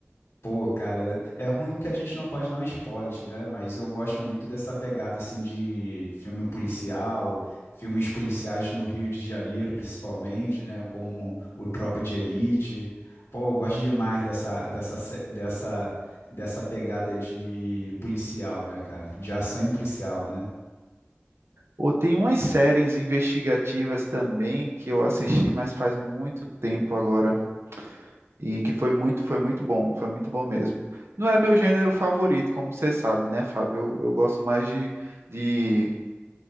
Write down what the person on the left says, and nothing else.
Pô, cara, é ruim que a gente não pode dar um spoiler, né? Mas eu gosto muito dessa pegada assim de filme policial, filmes policiais no Rio de Janeiro, principalmente, né? Como o Tropa de Elite. Pô, eu gosto demais dessa, dessa, se- dessa, dessa pegada de policial, né, cara? De ação e policial, né?